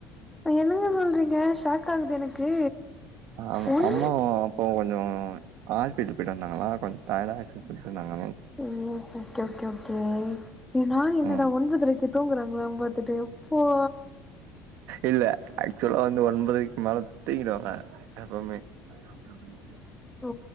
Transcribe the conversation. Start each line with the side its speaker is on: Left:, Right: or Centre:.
Centre: என்னங்க சொல்றீங்க ஷாக் ஆகுது எனக்கு
Right: ஆமா
Centre: ஒன்
Right: அம்மாவா இப்போ கொஞ்சோ ஆஸ்பிட்டல் பொயிட்டு வந்தாங்களா கொஞ்ச தல வலிகுது சொல்லிட்ருந்தாங்க
Centre: ம் ஓகே ஓகே ஓகே நா என்னடா
Right: ம்
Centre: ஒன்தபதரைக்கே தூங்குறாங்களா பாத்துட்டு இப்ப
Right: இல்ல ஆக்சுவலா வந்து ஒன்பதரைக்கு மேல துங்கிடுவாங்க எப்பமே ஆ
Centre: ஓ